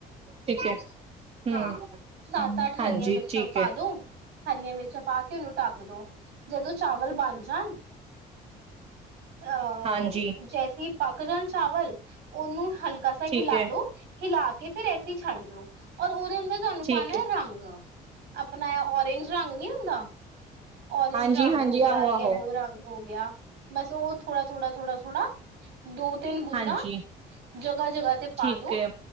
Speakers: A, on the right (about 35°); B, on the right (about 80°).
A: ਠੀਕ ਹੈ ਹਮ
B: ਹਾਂ, ਸੱਤ ਅੱਠ ਹਰੀਆਂ
A: ਹਾਂਜੀ
B: ਮਿਰਚਾਂ
A: ਠੀਕ
B: ਪਾ
A: ਹੈ
B: ਦੋ ਹਰੀਆਂ ਮਿਰਚਾਂ ਪਾ ਪਾ ਕੇ ਉਹਨੂੰ ਢੱਕ ਦੋ ਜਦੋਂ ਚਾਵ ਵੱਲ ਬਣ ਜਾਣ। ਅਹ
A: ਹਾਂਜੀ
B: ਜੈਸੀ ਪਾਕਜਾਨ ਚਾਵਲ। ਉਹਨੂੰ ਹਲਕਾ ਸ
A: ਠੀਕ
B: ਹਿਲਾ
A: ਹੈ
B: ਲੋ ਹਿਲਾ ਕੇ ਫਿਰ ਐਸੀਂ ਛੱਡ ਦੋ ਔਰ ਉਹਦੇ ਅੰਦਰ ਤੁਹਾਨੂੰ
A: ਠੀਕ
B: ਪਾਣਾ
A: ਹੈ
B: ਰੰਗ ਆਪਣਾ ਆ ਓਰਜ ਰੰਗ ਨੀ ਹੁੰਦਾ। ਓਰਜ
A: ਹਾਂਜੀ
B: ਰੰਗ
A: ਹਾਂਜੀ
B: ਹੋ ਗਿਆ
A: ਆਹੋ
B: ਯਲੋ
A: ਆਹੋ
B: ਰੰਗ ਹੋ ਗਿਆ ਬਸ ਉਹ ਥੋੜਾ-ਥੋੜਾ-ਥੋੜਾ-ਥੋੜਾ, ਦੋ ਤਿੰਨ ਬੂੰਦਾ
A: ਹਾਂਜੀ
B: ਜਗ੍ਹਾ ਜਗ੍ਹਾ ਤੇ ਪਾ
A: ਠੀਕ
B: ਦੋ
A: ਹੈ